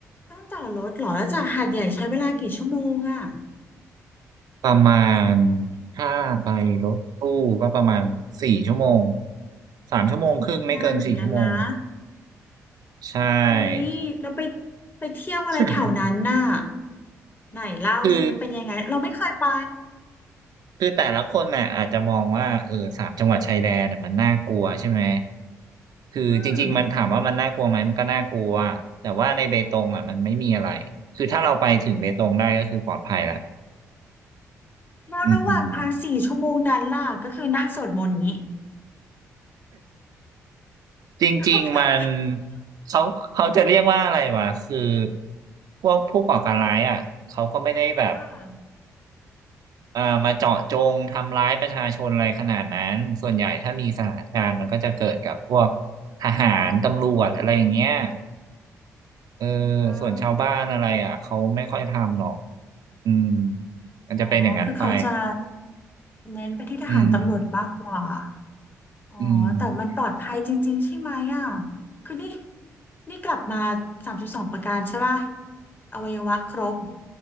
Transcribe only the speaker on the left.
ต้องต่อรถเหรอแล้วจากหาดใหญ่ใช้เวลากี่ชั่วโมงอ่ะ
อุ้ยนานเหมือนกันนะ
เฮ้ยแล้วไปไปเที่ยวอะไรแถวนั้นน่ะ
ไหนเล่าสิมันเป็นยังไงเราไม่เคยไป
อืมแล้วระหว่างทางสี่ชั่วโมงนั้นล่ะก็คือนั่งสวดมนต์อย่างนี้
<laughs> ก็คือ
ค่ะ
อืม
อ๋อ คือเขาจะเน้นไปที่ทหารตำรวจมากกว่า
อ๋อ
แต่มันปลอดภัยจริงๆ ใช่ไหมอ่ะ คือนี่นี่กลับมาสามจุดสองประการใช่ป่ะอวัยวะครบ